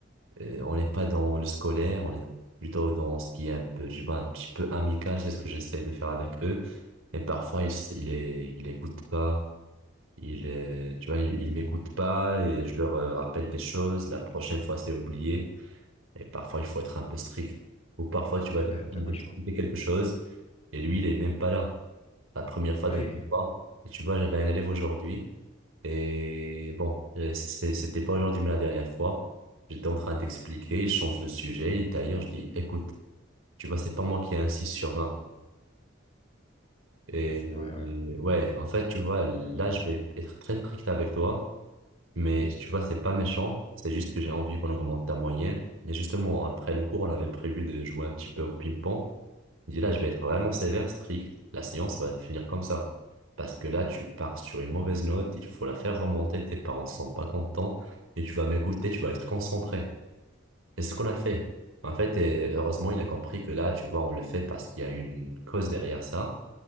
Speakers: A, on the right (about 90°); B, on the left (about 30°).
A: Euh, on n'est pas dans le scolaire, on est plutôt dans ce qui est un peu, je vois, un petit peu amical, c'est ce que j'essaie de faire avec eux. Et parfois, ils, s- ils, les- ils écoutent pas, ils, euh, tu vois, ils, ils m'écoutent pas et je leur euh, rappelle des choses. La prochaine fois, c'est oublié. Et parfois, il faut être un peu strict. Ou parfois, tu
B: Ouais,
A: vas t'expliquer
B: mais t'as pas le choix.
A: quelque chose et lui, il est même pas là. La première fois,
B: Ouais,
A: deuxième fois. Et tu vois, j'avais un élève aujourd'hui. Et bon, euh, c'était c'était pas aujourd'hui, mais la dernière fois, j'étais en train d'expliquer, il change de sujet, et d'ailleurs, je dis, écoute, tu vois, c'est pas moi qui ai un six sur vingt Et,
B: ah, c'est vrai, ouais.
A: et ouais, en fait, tu vois, là, je vais être très strict avec toi, mais tu vois, c'est pas méchant, c'est juste que j'ai envie qu'on augmente ta moyenne. Et justement, après le cours, on avait prévu de jouer un petit peu au ping-pong. Je dis là, je vais être vraiment sévère, strict. La séance va finir comme ça. Parce que là, tu pars sur une mauvaise note, il faut la faire remonter, tes parents sont pas contents et tu vas m'écouter, tu vas être concentré. Et c'est ce qu'on a fait. En fait, et heureusement, il a compris que là, tu vois, on le fait parce qu'il y a une cause derrière ça.